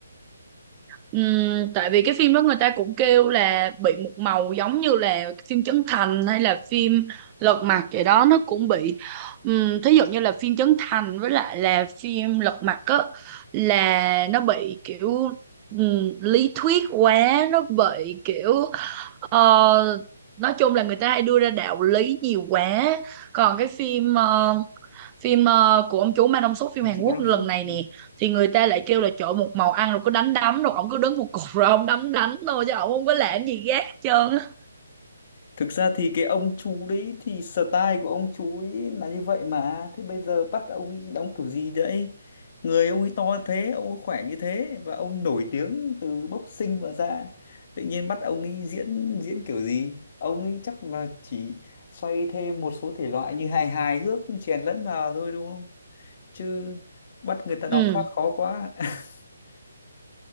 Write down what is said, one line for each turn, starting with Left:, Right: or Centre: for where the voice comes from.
Right: Ừm, tại vì cái phim đó người ta cũng kêu là bị một màu giống như là phim Trấn Thành hay là phim Lật Mặt vậy đó nó cũng bị um, thí dụ như là phim Trấn Thành với lại là phim Lật Mặt á là nó bị kiểu ừm, lý thuyết quá nó bị kiểu ờ, nói chung là người ta hay đưa ra đạo lý nhiều quá còn cái phim ờ, phim ờ, của ông chú Ma Đông Xuất phim
Left: Ông
Right: Hàn
Left: chú
Right: Quốc
Left: có ông
Right: lần
Left: súc
Right: này
Left: Ừ.
Right: nè thì người ta lại kêu là trời ơi, một màu ăn rồi cứ đánh đấm rồi ổng cứ đứng một cục rồi ổng đấm đánh thôi chứ ổng không có làm gì gác hết trơn á
Left: thực ra thì cái ông chú đấy thì style của ông chú ấy là như vậy mà thế bây giờ bắt ông ấy đóng kiểu gì đấy người ông ấy to thế ông ấy khỏe như thế và ông nổi tiếng từ boxing mà ra tự nhiên bắt ông ấy diễn diễn kiểu gì ông ấy chắc là chỉ xoay thêm một số thể loại như hài hài hước chèn lẫn vào thôi đúng không chứ bắt người ta đóng
Right: ừ
Left: khác khó quá <laughs>